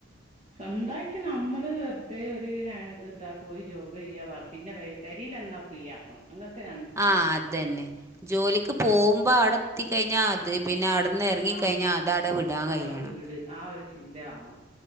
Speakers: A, on the right; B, on the right.
A: സ്വന്തായിട്ട് നമ്മള് വെറുതെ ഒരു ഇതെന്താ പോയി ജോബ് ചെയ്യാ പിന്നെ പരിൽന്നാ ഫ്രീ ആക്കണം അങ്ങനത്തെ നിക്കും
B: ആഹ് അത് തന്നെ ജോലിക്ക് പോകുമ്പോ അവിടെ എത്തിക്കഴിഞ്ഞാ അത് പിന്നെ അവിടുന്ന് ഇറങ്ങിക്കഴിഞ്ഞാൽ
A: ആഹ്
B: അത് അവിടെ വിടാൻ
A: നമ്മളെ
B: കഴിയണം
A: വീട് ആഹ് ഒരു ചിന്ത വേണം